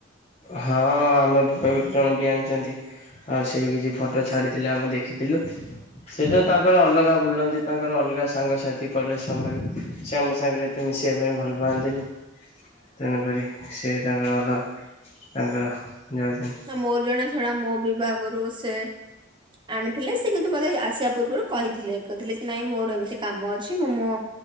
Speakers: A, on the left; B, on the right.
A: ହଁ ଆମ ବିଭାଗରୁ ଜଣେ ବି ଆଣିଛନ୍ତି। ଆଉ ସେ କିଛି ଫଟୋ ଛାଡ଼ିଥିଲେ ଆମେ ଦେଖିଥିଲୁ ସେ ତ। ତାଙ୍କର ଅଲଗା ବୁଲନ୍ତି ତାଙ୍କର ଅଲଗା ସାଙ୍ଗସାଥି। କଲେଜ ସମୟରେ ସେ ଆମ ସାଙ୍ଗରେ ଏତେ ମିଶିବା ପାଇଁ ଭଲ ପାଆନ୍ତିନି। ତେଣୁକରି ସେ ତାଙ୍କର ଅଲଗା ତାଙ୍କର। ଯାଉଛନ୍ତି
B: ନା ମୋର ଜଣା ଶୁଣା ମୋ ବିଭାଗରୁ ସେ ଆଣିଥିଲେ ସେ କିନ୍ତୁ ମତେ ଆସିବା। ପୂର୍ବରୁ କହିଥିଲେ କହିଥିଲେ କି ନାଇଁ ମୋର ଏମିତି କାମ ଅଛି ମୁଁ ମୋ।